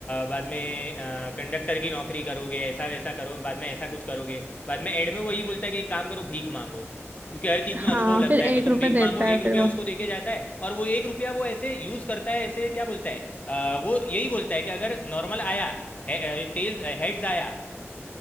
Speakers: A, on the left; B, on the right.
A: बाद में आ, कंडक्टर की नौकरी करोगे ऐसा वैसा करो बाद में ऐसा कुछ करोगे बाद में एंड में वही बोलता है कि एक काम करो भीख मांगो क्योंकि हर चीज़
B: हाँ
A: में अनुभव लगता
B: फिर
A: है
B: एक
A: तो तुम
B: रुपए
A: भीख
B: देता
A: मांगो
B: है
A: एक
B: फिर
A: रुपया
B: वो
A: उसको देके जाता है और वो एक रुपया वो ऐसे यूज़ करता है ऐसे क्या बोलता है अ, वो यही बोलता है कि अगर नॉर्मल आया टेल्स हेड्स आया